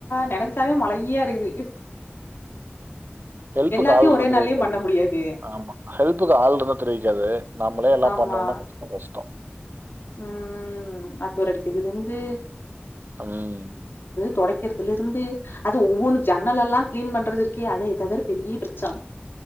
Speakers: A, on the left; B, on the right.
A: நெனச்சாவே
B: ம்.
A: மழையா இருக்குது
B: ஹெல்ப்புக்கு
A: எல்லாத்தையு
B: ஆள் இருந்த
A: ஒரே
B: தெரிவிக்கால்லய்
A: நாள்லயு பண்ண முடியாது
B: ஆமா ஹெல்ப்புக்கு ஆளுள் இருந்த தெரிவிக்காது நம்பளே எல்லா
A: ஆமா
B: பண்ணோம்னா கஷ்ட கஷ்டோ
A: ம் அக்வர் அடிக்குதுல இந்து
B: உம்
A: தொடக்குறதுல இருந்து அது ஒவ்வொன்னு ஜன்னலெல்லா கீளீன் பண்றது இருக்கே அது இதவிட பெரிய பிரச்சான